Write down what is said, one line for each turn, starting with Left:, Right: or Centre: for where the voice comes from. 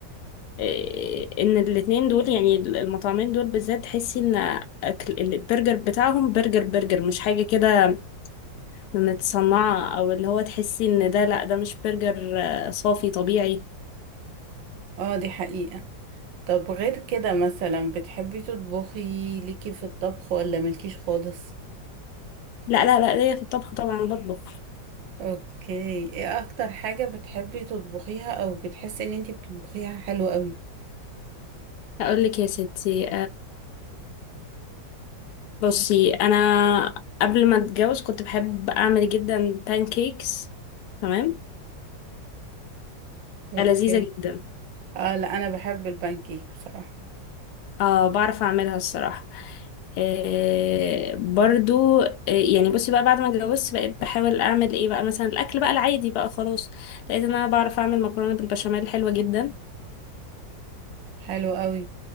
Left: آه، ان الاتنين دول يعني المطعمين دول بالذات تحسي ان أكل البرجر بتاعهم برجر برجر مش حاجة كده متصنعة او اللي هو تحسي ان ده لا ده مش برجر آه، صافي طبيعي
Right: اه دي حقيقة طب غير كده مثلا بتحبي تطبخي ليكي في الطبخ ولا ملكيش خالص
Left: لا لا لا ليا في الطبخ طبعا بطبخ
Right: اوكي ايه اكتر حاجة بتحبي تطبخيها او بتحسي ان انتي بتطبخيها حلو قوي
Left: اقول لك يا ستي بصي انا قبل ما اتجوز كنت بحب اعمل جدا كيكس تمام
Right: اوكي
Left: لذيذه جدا
Right: اه لا انا بحب البانكيك بصراحة
Left: اه بعرف اعملها الصراحه آه برضو آه يعني بصي بقى بعد ما اتجوزت بقيت بحاول اعمل ايه بقى مثلا الاكل بقى العادي بقى خلاص لقيت ان انا بعرف اعمل مكرونه بالبشاميل حلوه جدا
Right: حلو قوي